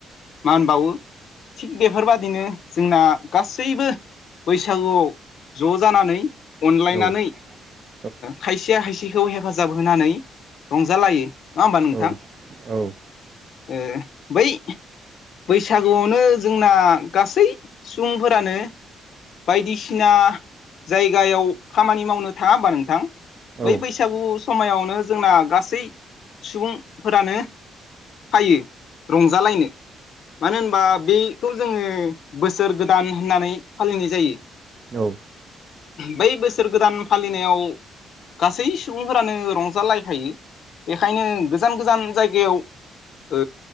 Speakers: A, on the left (about 65°); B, on the right (about 45°).
A: मा बावो थिग बेफोरबादिनो जोंना गासैबो बैसागुआव ज' जानानै अनलायनानै
B: औ नंगौ औ औ औ
A: खायसेया खायसेखौ हेफाजाब होनानै रंजालायो नङा होमबा नों
B: औ औ
A: ओ बै बैसागुआवनो जोंना गासै सुबुंफोरानो बायदिसिना जायगायाव खामानि मावनो थाङा होमबा नोंथां बै
B: औ
A: बैसागु समायावनो जोंना गासै सुबुं फोरानो फायो रंजालायनो मानो होनबा बे खौ जोङो बोसोर गोदान होननानै फालिनाय जायो
B: औ
A: बै बोसोर गोदान फालिनायाव गासै सुबुंफोरानो रंजालायखायो बेखायनो गोजान गोजान जायगायाव